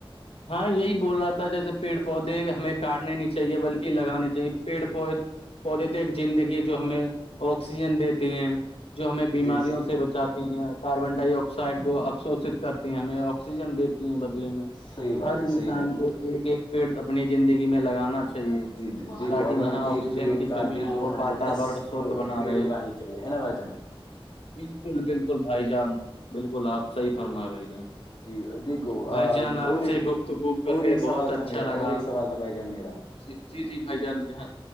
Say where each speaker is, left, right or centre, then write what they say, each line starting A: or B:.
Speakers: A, on the left (about 80°); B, on the left (about 50°).
A: ہاں یہی بول رہا تھا جیسے پیڑ پودے ہمیں کاٹنے نہیں چاہیے بلکہ لگانے چاہیے پیڑ پودے پودٹک زندگی جو ہمیں آکسیجن دیتی ہیں جو ہمیں بیماریوں
B: جی صحیح
A: سے بچاتی ہیں کاربن ڈائی آکسائڈ کو اپفشوشت کرتی ہیں ہمیں آکسیجن دیتی ہیں بدلے میں
B: صحیح بات
A: ہر
B: ہے
A: انسان
B: صحیح بات
A: کو ایک ایک پیڑ اپنی زندگی میں لگانا
B: ہے
A: چاہیے
B: جی جی دیکھو
A: تاکہ
B: اگر
A: یہاں
B: ہم
A: آکسی
B: ایک
A: آکسیجن
B: پیڑ
A: کی
B: کاٹے
A: کمی نہ
B: تو
A: وہ
B: ہم
A: واتورن
B: کو دس
A: شھ بنا
B: پیڑ
A: رہے
B: اگانے چاہیے ہے نا بھائی جان
A: بالکل بالکل بھائی جان بالکل آپ صحی فرمایا بھائی جان
B: جی دیک
A: بھائی جان آپ
B: اور ایک
A: سے گفتگو کر
B: اور
A: کے
B: ایک سوال
A: بہت اچھا
B: تھا میرا
A: لگا
B: اور ایک سوال تھا بھائی جان میرا
A: جی جی جی بھائی جان جاں